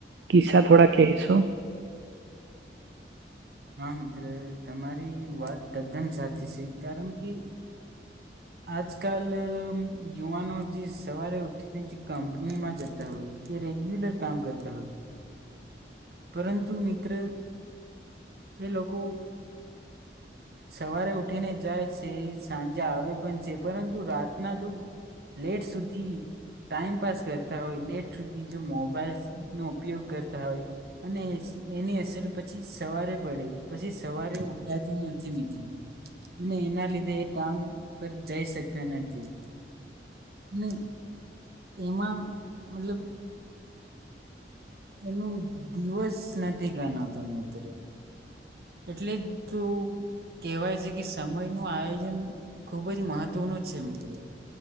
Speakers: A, on the right; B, on the right.
A: કિસ્સા થોડા કહેશો?
B: હા મિત્ર તમારી વાત તદ્દન સાચી છે કારણ કે આજકાલ યુવાનો જે સવારે ઉઠીને જે કંપનીમાં જતા હોય એ રેગ્યુલર કામ કરતા હોય પરંતુ મિત્ર એ લોકો સવારે ઉઠીને જાય છે સાંજે આવે પણ છે પરંતુ રાતના જો લેટ સુધી ટાઈમપાસ કરતા હોય, લેટ સુધી જો મોબાઈલ નો ઉપયોગ કરતા હોય અને એની અસર પછી સવારે પડે પછી સવારે ઉઠાતું ન થી મિત્ર અને એના લીધે એ કામ પર જઈ શકતા નથી અને એમાં મતલબ એનું દિવસ નથી ગનાતો મિત્ર. એટલે તો કેહેવાય છે કે સમય નું આયોજન ખુબ જ મહત્વનું છે મિત્ર